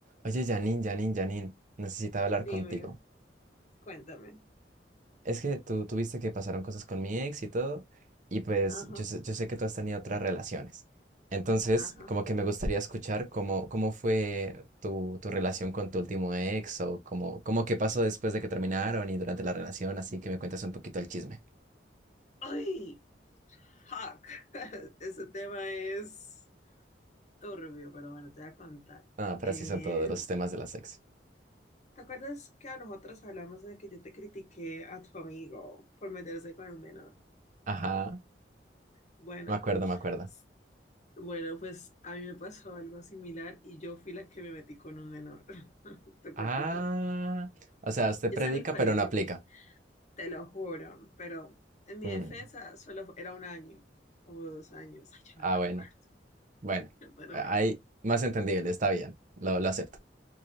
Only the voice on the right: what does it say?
Oye, Janine, Janine, Janine, necesitaba hablar
contigo.
Es que tú tuviste que pasaron cosas con mi ex y todo, y pues
yo sé, yo sé que tú has tenido otras relaciones. Entonces,
como que me gustaría escuchar cómo, cómo fue tu, tu relación con tu último ex o cómo, cómo qué pasó después de que terminaron y durante la relación, así que me cuentas un poquito el chisme.
Ah, pero
así son todos los temas de las ex.
Ajá,
me acuerdo, me acuerdo.
Ah,
o sea, usted
predica
pero no aplica.
Mm,
Ah,
bueno.
Bueno,
hay
más entendible, está bien, lo, lo acepto.